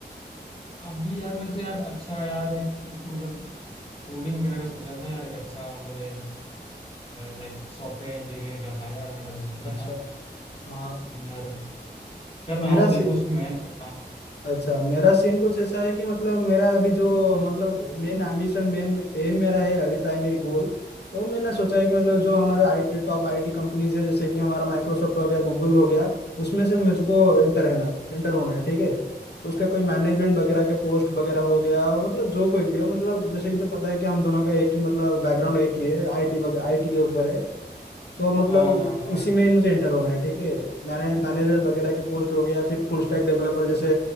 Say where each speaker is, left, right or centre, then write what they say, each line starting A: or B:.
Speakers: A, on the left (about 30°); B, on the left (about 70°).
A: अभी यार मैं तो यार अच्छा यार एक मतलब कोडिंग वगैरह का सोचा था यार एक अच्छा मतलब ए, लाइक सॉफ्टवेयर इंजीनियर का था यार मेरा तो सपना
B: अच्छा
A: यार
B: हाँ
A: लेकिन यार कर रहा
B: मेरा
A: हूँ देखो उसमें मेहनत कर रहा हूँ
B: अच्छा मेरा सीन कुछ ऐसा है कि मतलब मेरा अभी जो मतलब मेन एम्बिशन मेन एम मेरा है अभी प्राइमरी गोल वो मैंने सोचा है कि मतलब जो हमारे आईटी टॉप आईटी कंपनीज हैं जैसे कि हमारा माइक्रोसॉफ्ट हो गया गूगल हो गया उसमें से मुझको एंटर है ना एंटर होना है ठीक है उसका कोई मैनेजमेंट वगैरह के पोस्ट वगैरह हो गया और मतलब जो कोई भी हो मतलब जैसे कि तो पता है कि हम दोनों का एक ही मतलब बैकग्राउंड एक ही है आईटी आईटी के ऊपर है तो मतलब
A: हाँ हाँ हाँ
B: उसी में ही मुझे इंटर होना है ठीक है मैंने मैनेजमेंट वगैरह के पोस्ट हो गया फिर फुल स्टैक डेवलपर जैसे